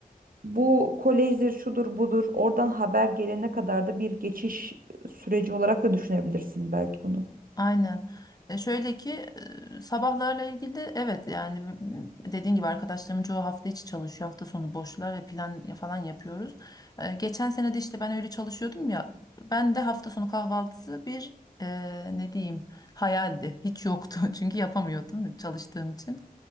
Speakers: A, on the right; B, on the left.
A: Bu kolejdir, şudur, budur. Oradan haber gelene kadar da bir geçiş süreci olarak da düşünebilirsin belki bunu.
B: Aynen. E şöyle ki e, sabahlarla ilgili evet yani m- dediğin gibi arkadaşlarımın çoğu hafta içi çalışıyor. Hafta sonu boşlar ve plan ya- falan yapıyoruz. E, geçen sene de işte ben öyle çalışıyordum ya. Ben de hafta sonu kahvaltısı bir e, ne diyeyim hayaldi. Hiç yoktu <laughs> çünkü yapamıyordum çalıştığım için.